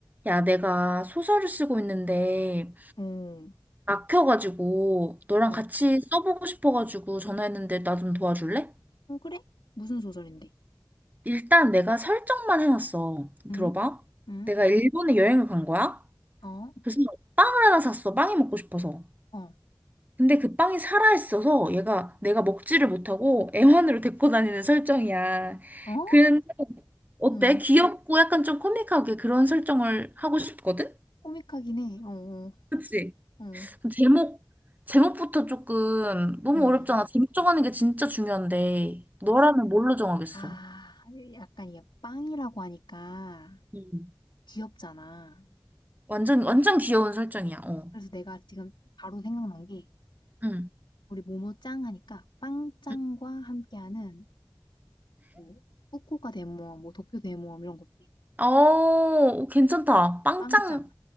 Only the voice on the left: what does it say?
어,
어,
어, 그래? 무슨 소설인데?
응?
응?
어?
어?
어?
어.
코믹하긴 해. 어, 어,
어.
응.
아, 약간 이게 빵이라고 하니까
귀엽잖아.
그래서 내가 지금 바로 생각난 게
우리 모모짱 하니까 빵짱과
함께하는 뭐 후쿠오카 대모험, 뭐 도쿄 대모험 이런 것들.
빵짱.